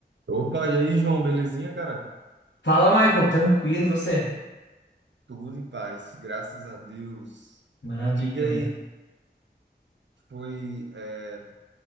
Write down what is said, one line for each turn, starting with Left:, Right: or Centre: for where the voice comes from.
Right: Opa, e aí, João, belezinha, cara?
Left: Fala, Michael, tranquilo e você?
Right: Tudo em paz, graças a Deus.
Left: Maravilha,
Right: Me diga
Left: velho.
Right: aí, foi, é,